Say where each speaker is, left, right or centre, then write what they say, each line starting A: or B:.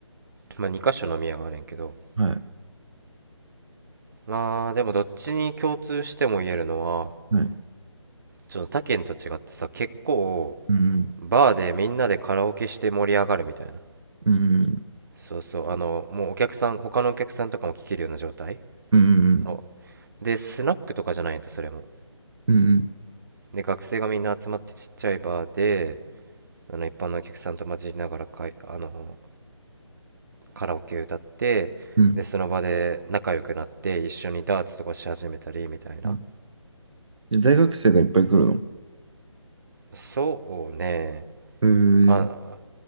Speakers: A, on the right (about 40°); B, on the right (about 70°).
A: まあ、2箇所飲み屋があるんやけど、
B: はい、
A: まあ、でもどっちに共通しても言えるのは、
B: はい。
A: ちょっと他県と違ってさ、結構、
B: うん、
A: バーでみんなでカラオケして盛り上がるみたいな。
B: うん、
A: そうそう、あの、もうお客さん、他のお客さんとかも聴けるような状態
B: うん、うん、
A: の。で、スナックとかじゃないんだ、それも。
B: うん、うん、
A: で、学生がみんな集まってちっちゃいバーで、あの、一般のお客さんと混じりながらかい、あの、カラオケ歌って、
B: うん。
A: で、その場で仲良くなって、一緒にダーツとかし始めたり、みたいな。
B: うんで大学生がいっぱい来るのへ
A: そうね。
B: ー
A: まあ、